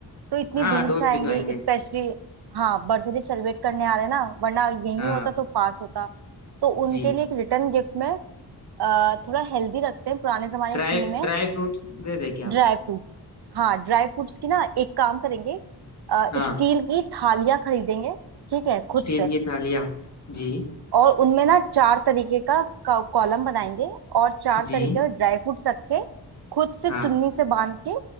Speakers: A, on the right (about 70°); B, on the left (about 40°).
A: तो इतनी
B: हाँ
A: दूर
B: दोस्त
A: से आएंगे
B: भी तो आएंगे
A: स्पेशली हाँ बर्थडे सेलिब्रेट करने आ रहे हैं ना वरना यही
B: हाँ
A: होता तो पास होता तो उनके
B: जी
A: लिए एक रिटर्न गिफ्ट में अ, थोड़ा हेल्दी रखते हैं पुराने जमाने
B: ड्राई
A: की थीम है
B: ड्राई फ्रूट्स दे दे क्या
A: ड्राई फ्रूट्स हाँ ड्राई फ्रूट्स की ना एक काम करेंगे
B: हाँ
A: स्टील की थालियां खरीदेंगे ठीक है खुद
B: स्टील
A: से
B: की थालियाँ जी
A: और उनमें ना चार तरीके का कॉलम बनाएंगे और चार
B: जी
A: तरीके का ड्राई फ्रूट्स रख के खुद से
B: हाँ
A: चुन्नी से बांध के